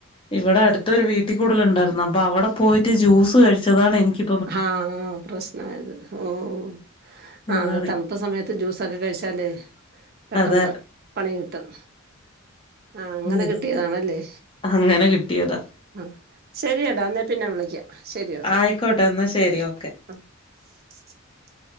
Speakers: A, on the left; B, on the right.
A: ഇവിടെ അടുത്തൊരു വീട്ടി കൂടുൽ ഉണ്ടായിരുന്നു അപ്പൊ അവിടെ പോയിട്ട് ജ്യൂസ് കഴിച്ചതാണ് എനിക്ക്
B: ആഹ് പ്രശ്നായത് ഓഹ് ആഹ്
A: അതാണ്
B: തണുത്ത സമയത്ത് ജ്യൂസൊക്കെ കഴിച്ചാല് പെട്ടെന്ന്
A: അതെ
B: പണി കിട്ടും ആഹ് അങ്ങനെ
A: നീ ഇതൊന്ന്
B: കിട്ടിയതാണല്ലേ
A: അങ്ങനെ കിട്ടിയതാ
B: അഹ് ശരിയെടാ ഇന്നേ പിന്നെ വിളിക്കാം ശരി ഓക്കെ
A: ആയിക്കോട്ടെ എന്നാ ശരി ഓക്കെ
B: <unintelligible>